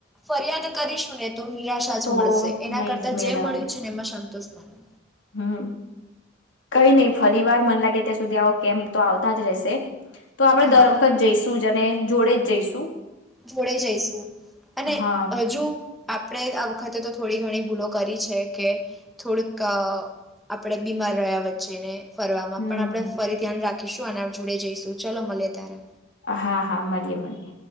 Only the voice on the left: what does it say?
તો
નહી
જ મેળ
આવે
હમ કઈ નહી ફરી વાર મન લાગે ત્યાં સુધી આવો કેમ્પ તો આવતા જ રહેશે તો આપડણે
દર વખત જઈશું જ અને જોડે જ જઈશું
હા
હમ
હમ
હા હા મળીએ મળીએ